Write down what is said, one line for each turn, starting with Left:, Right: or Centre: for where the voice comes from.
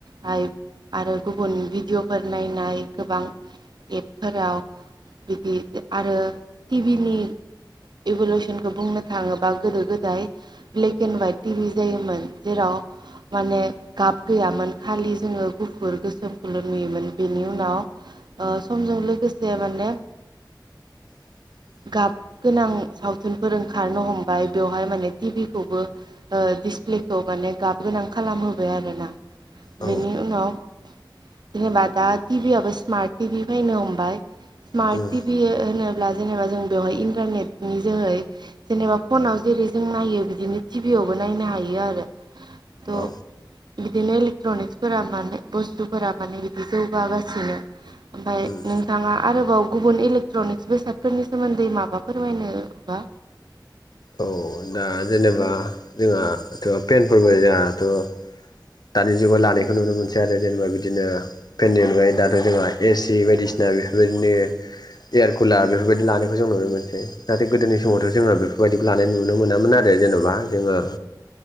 Right: हायप आरो गुबुन भिडिअ'फोर नायनाय गोबां एप' फोराव बिदि आरो टिभि नि इभुलउसनखौ बुंनो थाङोबा गोदो गोदाय black and white T V जायोमोन जेराव माने गाब गैयामोन खालि जोङो गुफुर गोसोमखौल' नुयोमोन बेनि उनाव ओ समजों लोगोसे माने
Left: <inaudible>
Right: गाब गोनां सावथुनफोर ओंखारनो हमबाय बेवहाय माने टिभि खौबो ओ दिस- फ्लेखौ माने गाब गोनां खालामहोबाय आरो ना
Left: औ
Right: बेनि उनाव- जेनेबा दा टिभि आबो स्मार्ट टिभि फैनो हमबाय समार्ट
Left: औ उम औ उम
Right: टिभि होनो- दा जेबा जों बेहाय इनटार नेटनि जोहै जेनेबा फनाव जेरै' जों नायो बिनो टिभि खौबो नायनो हायो आरो थ-
Left: औ
Right: बिदिनो इलेक्ट्रनिक्सफोरा माने बुस्थुफोरा माने बिदि जौगागासिनो! ओमफाय
Left: उम
Right: नोंथाङा आरोबाव गुबुन इलेक्ट्रनिक्स बेसादफोरनि सोमोन्दै माबा फोरमायनो बा?
Left: औ दा जेनेबा जोंहाथ' पेनफोरबो जोंहाथ'- दानि जुगाव लानायखौ नुनो मोनसै आरो जेनेबा बिदिनो फेननि अनगायै दाथ' जोंहा ए सि बायदिसि- दा बेफोरबायदि नो- एयारकुलार बेफोरबायदि लानायखौ जों नुनो मोनसै नाथाय गोदोनि समावथ' जोङो बेफ बायदिखौ लानाय नुनो मोनामोन आरो जेन'बा जोङो-